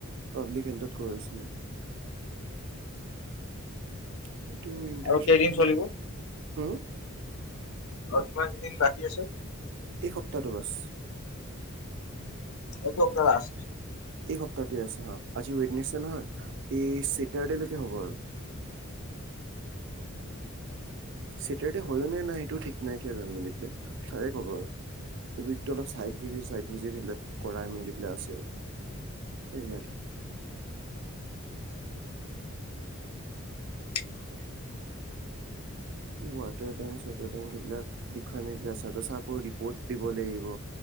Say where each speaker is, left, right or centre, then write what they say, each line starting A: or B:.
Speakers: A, on the right; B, on the left.
A: পাব্লিক হেল্থত কৰি আছোঁ মই। সেইটো ইণ্টাৰনশ্বিপখিনি,
B: আৰু কেইদিন চলিব
A: হু?
B: আৰু কিমান দিন বাকী আছে?
A: এই সপ্তাহটো বাচ।
B: এইেটো সপ্তাহ লাষ্ট?
A: এই সপ্তাহটোৱে আছে হ, আজি ৱেডনেছডে নহয় এই ছেটাৰডেলৈকে হ'ব আৰু। ছেটাৰডে হয়ও নে নাই সেইটোও ঠিক নাইকিয়া মেলি পেললে ছাৰে ক'ব আৰু। এইবিধটো অলপ চাইড ভিজি, চাইড ভিজি সেইবিলাক কৰাই মেলি পেলাই আছে। এনেকে।
B: <inaudible>
A: ৱাটাৰ টেংক চৱাটাৰ টেংক এইবিলাক দেখুৱাই মেলি তাৰপিছত আকৌ ৰিপৰ্ট দিব লাগিব।